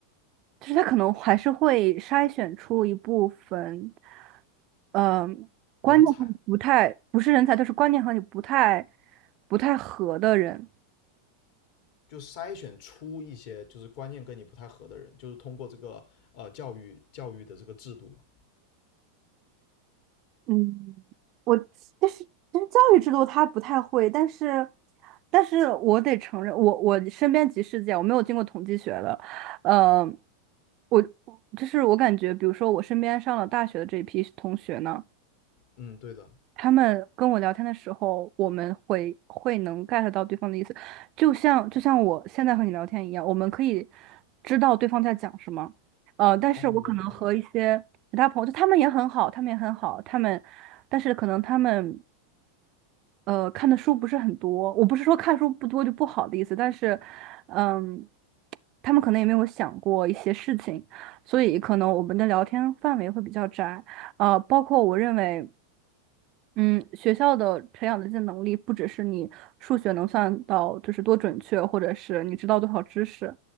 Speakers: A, on the right (about 45°); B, on the left (about 60°).
A: 就是他可能还是会筛选出一部分，嗯、观念和你不太不是人才，
B: 人才，
A: 就是观念和你不太不太合的人。
B: 就筛选出一些就是观念跟你不太合的人，就是通过这个呃教育教育的这个制度嘛。
A: 嗯，我但是但是教育制度他不太会，但是但是我得承认，我我身边即事件，我没有经过统计学的，呃，我就是我感觉，比如说我身边上了大学的这一批同学呢。
B: 嗯，对的。
A: 他们跟我聊天的时候，我们会会能 get 到对方的意思，就像就像我现在和你聊天一样，我们可以知道对方在讲什么。呃，但是我可能和一些其他朋友，
B: 哦，我明白。
A: 就他们也很好，他们也很好，他们，但是可能他们呃看的书不是很多。我不是说看书不多就不好的意思，但是嗯，他们可能也没有想过一些事情，所以可能我们的聊天范围会比较窄。呃，包括我认为。嗯，学校的培养的这些能力，不只是你数学能算到就是多准确，或者是你知道多少知识，